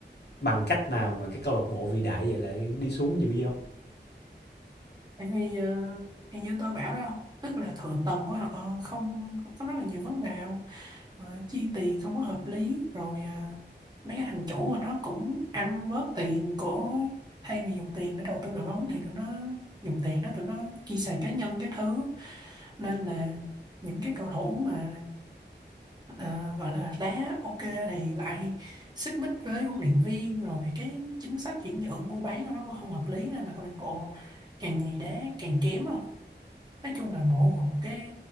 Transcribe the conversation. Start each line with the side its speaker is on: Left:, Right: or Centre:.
Left: bằng cách nào mà cái câu lạc bộ vĩ đại vậy lại đi xuống dữ vậy không
Right: tại vì ờ, thì như tôi bảo đó không tức là thượng tầng của họ ờ, không có rất là nhiều vấn đề Ờ, chi tiền không có hợp lý rồi à, mấy cái thằng chủ của nó cũng ăn bớt tiền của thay vì dùng tiền để đầu tư đội bóng thì tụi nó dùng tiền đó tụi nó chi xài cá nhân các thứ nên là những cái cầu thủ mà ờ, gọi là đá ok thì lại xích mích với huấn luyện viên rồi cái chính sách chuyển nhượng mua bán của nó cũng không hợp lý nên là câu lạc bộ càng ngày đá càng kém không nói chung là mộ một cái